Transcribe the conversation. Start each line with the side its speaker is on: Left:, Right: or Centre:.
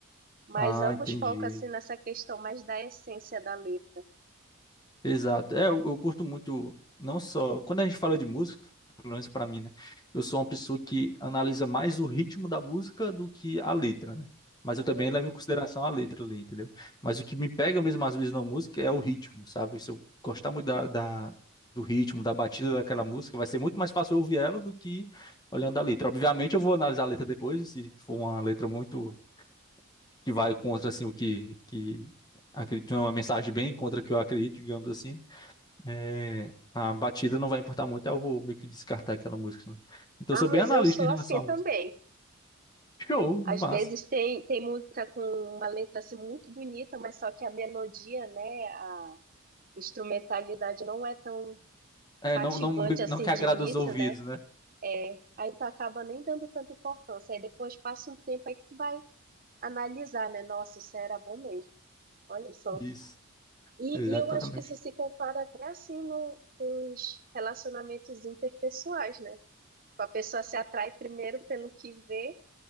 Right: Mas
Left: Ah,
Right: ambos
Left: entendi.
Right: focam assim nessa questão mais da essência da letra,
Left: Exato. É, eu, eu curto muito, não só. Quando a gente fala de música, pelo menos pra mim, né? Eu sou uma pessoa que analisa mais o ritmo da música do que a letra, né? Mas eu também
Right: né?
Left: levo em consideração a letra ali, entendeu? Mas o que me pega mesmo às vezes na música é o ritmo, sabe? Se eu gostar muito da, da- do ritmo, da batida daquela música, vai ser muito mais fácil eu ouvir ela do que olhando a letra. Obviamente eu vou analisar a letra depois, e se for uma letra muito que vai contra assim o que, que acredito é uma mensagem bem contra o que eu acredito, digamos assim, é, a batida não vai importar muito, aí eu vou meio que descartar aquela música, né? Então
Right: Ah,
Left: eu sou
Right: mas
Left: bem analista
Right: eu sou
Left: em relação
Right: assim
Left: à
Right: também.
Left: música. Show,
Right: Às
Left: massa.
Right: vezes tem, tem música com uma letra assim muito bonita, mas só que a melodia, né, a instrumentalidade não é tão
Left: É,
Right: cativante
Left: não, não,
Right: assim
Left: não que agrada
Right: de início,
Left: os ouvidos,
Right: né?
Left: né?
Right: É, aí tu acaba nem dando tanta importância. Aí depois passa um tempo aí que tu vai analisar, né? Nossa, isso era bom mesmo. Olha só.
Left: Isso,
Right: E,
Left: exatamente.
Right: e eu acho que isso se compara até assim no- nos relacionamentos interpessoais, né? Tipo, A pessoa se atrai primeiro pelo que vê,